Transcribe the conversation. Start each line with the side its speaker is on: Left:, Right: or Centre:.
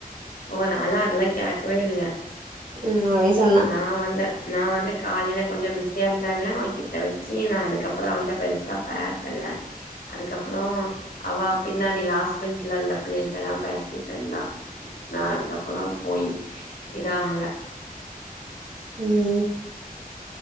Left: ஓ நாலா அதெல்லா கேக்கவே இல்ல
Right: ம் அவளே சொன்னா
Left: நா வந்த நா வந்து காலையில கொஞ்ச பிஸியா இருந்தேன்ல அவ கிட்ட வச்சி நா அதுக்கப்புறம் அவள்ட்ட பெருசா பேசல அதுக்கப்ரோ அவா பின்னாடி லாஸ்ட பெஞ்ச்ல இருந்த பிள்ளையல்ட்ட தா பேசிட்டு இருந்தா நா அதுக்கப்பரோ போய் இதா ஆகல
Right: ம்